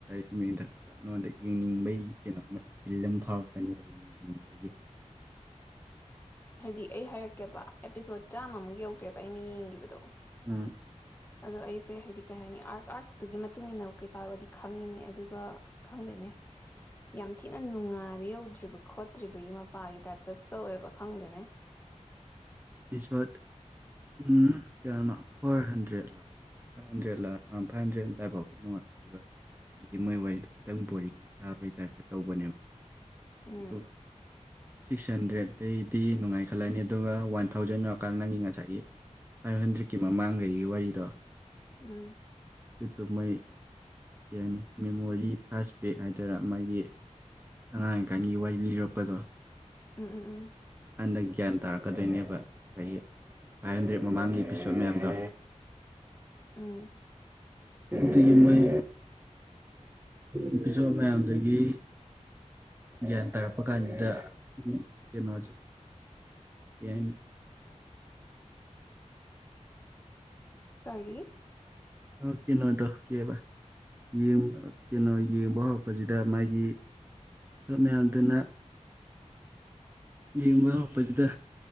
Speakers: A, on the right; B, on the left.
A: ꯁꯨꯝ ꯌꯦꯡꯊꯔꯛꯄ ꯅꯪꯉꯣꯟꯗ ꯌꯦꯡꯅꯤꯡꯕꯩ ꯀꯩꯅꯣ ꯃ ꯏꯊꯤꯜ ꯑꯝ ꯐꯥꯎꯔꯛꯀꯅꯤꯕ ꯌꯦꯡꯅꯤꯡꯕꯒꯤ
B: ꯍꯥꯏꯗꯤ ꯑꯩ ꯍꯥꯏꯔꯛꯀꯦꯕ ꯑꯦꯄꯤꯁꯣꯠ ꯆꯥꯝꯃ ꯃꯨꯛ ꯌꯧꯒ꯭ꯔꯦꯕ ꯑꯩꯅ ꯌꯦꯡꯒꯤꯕꯗꯣ
A: ꯎꯝ
B: ꯑꯗꯣ ꯑꯩꯁꯦ ꯍꯥꯏꯗꯤ ꯀꯩꯍꯥꯏꯅꯤ ꯑꯥꯛ ꯑꯥꯛ ꯇꯨꯡꯒꯤ ꯃꯇꯨꯝ ꯏꯟꯅ ꯀꯩꯀꯥ ꯕꯨꯗꯤ ꯈꯪꯉꯤꯅꯦ ꯑꯗꯨꯒ ꯈꯪꯗꯦꯅꯦ ꯌꯥꯝ ꯊꯤꯅ ꯅꯨꯡꯉꯥꯏꯕ ꯌꯧꯗ꯭ꯔꯤꯕ ꯈꯣꯠꯍ꯭ꯔꯤꯕꯩ ꯃꯄꯥꯒꯤ ꯇꯥꯏꯞ ꯇꯨꯡ ꯇꯧꯋꯦꯕ ꯈꯪꯗꯦꯅꯦ
A: ꯏꯄꯤꯁꯣꯠ ꯎꯝ ꯀꯌꯥꯅꯣ ꯐꯣꯔ ꯍꯟꯗ꯭ꯔꯦꯠꯂ ꯐꯥꯏꯕ ꯍꯟꯗ꯭ꯔꯦꯠꯂ ꯑ ꯐꯦꯏꯕ ꯍꯟꯗ꯭ꯔꯦꯠ ꯑꯗꯥꯏꯕꯧꯗꯤ ꯅꯨꯡꯉꯥꯏ ꯍꯥꯏꯗꯤ ꯃꯣꯐ ꯋꯥꯔꯤꯗꯣ ꯈꯤꯇꯪ ꯕꯣꯔꯤꯡ ꯆꯥꯕꯩ ꯇꯥꯏꯞꯇ ꯇꯧꯕꯅꯦꯕ
B: ꯎꯝ
A: ꯑꯗꯨꯒ ꯁꯤꯛꯁ ꯍꯟꯗ꯭ꯔꯦꯠ ꯗꯩꯗꯤ ꯅꯨꯡꯉꯥꯏꯈꯠꯂꯛꯑꯅꯤ ꯑꯗꯨꯒ ꯋꯥꯟ ꯊꯥꯎꯖꯟ ꯌꯧꯔꯀꯥꯟ ꯅꯪꯒꯤ ꯉꯥꯁꯥꯏꯒꯤ ꯐꯥꯏꯕ ꯍꯟꯗ꯭ꯔꯦꯠꯀꯤ ꯃꯃꯥꯡ ꯒꯩꯒꯤ ꯋꯥꯔꯤꯗꯣ
B: ꯎꯝ
A: ꯑꯗꯨꯗꯣ ꯃꯣꯏ ꯀꯩ ꯍꯥꯏꯅꯤ ꯃꯦꯃꯣꯔꯤ ꯐ꯭ꯂꯥꯁꯕꯦꯛ ꯍꯥꯏꯗꯣꯏꯔ ꯃꯥꯒꯤ ꯑꯉꯥꯡ ꯑꯣꯏꯔꯤꯀꯥꯟꯒꯤ ꯋꯥꯔꯤ ꯂꯤꯔꯛꯄꯗꯣ
B: ꯎꯝ ꯎꯝ ꯎꯝ
A: ꯇꯟꯗꯩ ꯒ꯭ꯌꯥꯟ ꯇꯥꯔꯛꯀꯗꯣꯏꯅꯦꯕ ꯁꯥꯏꯒꯤ ꯑꯩꯠ ꯍꯟꯗ꯭ꯔꯦꯠ ꯃꯃꯥꯡꯒꯤ ꯑꯦꯄꯤꯁꯣꯠ ꯃꯌꯥꯝꯗꯣ
B: ꯎꯝ
A: ꯗꯨꯒꯤ ꯃꯣꯏ ꯏꯄꯤꯁꯣꯠ ꯃꯌꯥꯝꯗꯨꯒꯤ ꯒ꯭ꯌꯥꯟ ꯇꯥꯔꯛꯄ ꯀꯥꯟꯁꯤꯗ ꯀꯩꯅꯣꯁꯦ ꯀꯩ ꯍꯥꯏꯅꯤ
B: ꯀꯔꯤ
A: ꯎꯝ ꯀꯩꯅꯣꯗꯣ ꯀꯩꯑꯕ ꯌꯦꯡ ꯌꯦꯡꯕ ꯍꯧꯔꯛꯄ ꯁꯤꯗ ꯃꯥꯒꯤ ꯃꯌꯥꯝꯗꯨꯅ ꯌꯦꯡꯕ ꯍꯧꯔꯛꯄꯁꯤꯗ